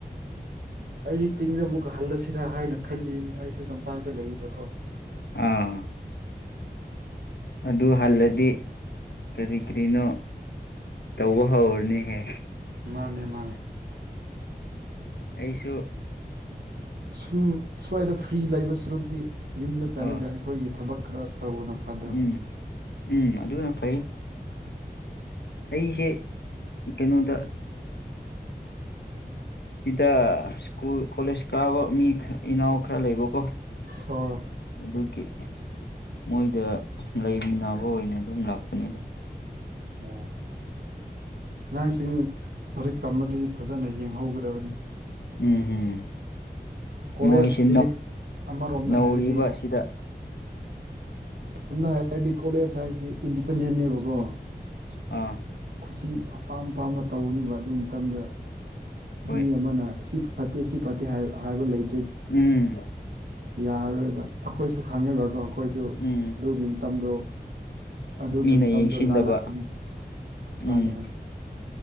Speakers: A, on the right; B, on the left.
A: ꯑꯩ ꯆꯤꯡꯗ ꯑꯃꯨꯛ ꯍꯜꯂꯁꯤꯔꯥ ꯍꯥꯏꯅ ꯈꯜꯂꯤꯅꯤ ꯑꯩꯁꯨ ꯇꯝꯄꯥꯛꯇ ꯂꯩꯔꯤꯕꯀꯣ
B: ꯑꯥ ꯑꯗꯨ ꯍꯜꯂꯗꯤ ꯀꯔꯤ ꯀꯔꯤꯅꯣ ꯇꯧꯕ ꯍꯧꯔꯅꯤꯍꯦ
A: ꯃꯥꯅꯦ ꯃꯥꯅꯦ
B: ꯑꯩꯁꯨ
A: ꯁꯨꯝ ꯁ꯭ꯋꯥꯏꯗ ꯐ꯭ꯔꯤ ꯂꯩꯕ ꯁꯔꯨꯗꯤ ꯌꯨꯝꯗ ꯆꯠꯂꯒ
B: ꯑꯣ
A: ꯑꯩꯈꯣꯏꯒꯤ ꯊꯕꯛ ꯈꯔ ꯇꯧꯕꯅ ꯐꯗ꯭ꯔꯣ
B: ꯎꯝ ꯎꯝ ꯑꯗꯨꯅ ꯐꯩ ꯑꯩꯁꯦ ꯀꯩꯅꯣꯗ ꯁꯤꯗ ꯁ꯭ꯀꯨꯜ ꯀꯣꯂꯦꯖ ꯀꯥꯕ ꯃꯤ ꯏꯅꯥꯎ ꯈꯔ ꯂꯩꯕꯀꯣ
A: ꯑ
B: ꯑꯗꯨꯒꯤ ꯃꯣꯏꯗ ꯂꯩꯃꯤꯟꯅꯕ ꯑꯣꯏꯅ ꯑꯗꯨꯝ ꯂꯥꯛꯄꯅꯤꯗꯣ
A: ꯑꯣ ꯑꯉꯥꯡꯁꯤꯡ ꯂꯥꯏꯔꯤꯛ ꯇꯝꯕꯗꯗꯤ ꯐꯖꯅ ꯌꯦꯡꯍꯧꯒꯗꯕꯅꯤ
B: ꯎꯝ ꯎꯝ
A: ꯀꯣꯂꯦꯖꯁꯤ
B: ꯃꯣꯏꯁꯤ
A: ꯑꯃꯔꯣꯝꯗ
B: ꯅꯧꯔꯤꯕ
A: ꯍꯥꯏꯔꯗꯤ
B: ꯑꯁꯤꯗ
A: ꯝꯅ ꯍꯥꯏ ꯑꯥꯏꯗꯤ ꯀꯣꯂꯦꯖ ꯍꯥꯏꯁꯦ ꯏꯟꯗꯤꯄꯦꯟꯗꯦꯟꯅꯦꯕꯀꯣ
B: ꯎꯝ ꯑꯥ
A: ꯈꯨꯁꯤ ꯑꯄꯥꯝ ꯑꯄꯥꯝꯕ ꯇꯧꯅꯦꯕ ꯑꯗꯨ ꯃꯇꯝꯗ
B: ꯍꯣꯏ
A: ꯃꯤ ꯑꯃꯅ ꯁꯤ ꯐꯠꯇꯦ ꯁꯤ ꯐꯠꯇꯦ ꯍꯥꯏꯕ ꯂꯩ
B: ꯎꯝ
A: ꯌꯥꯔꯣꯏꯕ ꯑꯩꯈꯣꯏꯁꯨ ꯈꯪꯉꯤꯕꯀꯣ ꯑꯩꯈꯣꯏꯁꯨ
B: ꯎꯝ
A: ꯑꯗꯨꯒꯤ ꯃꯇꯝꯗꯣ ꯑꯗꯨꯒꯤ
B: ꯃꯤꯅ
A: ꯃꯇꯝꯗꯣ
B: ꯌꯦꯡꯁꯤꯟꯗꯕ
A: ꯂꯥꯜꯂꯛꯄꯅꯤ ꯍꯥꯏ
B: ꯎꯝ
A: ꯅꯤ ꯍꯥꯏ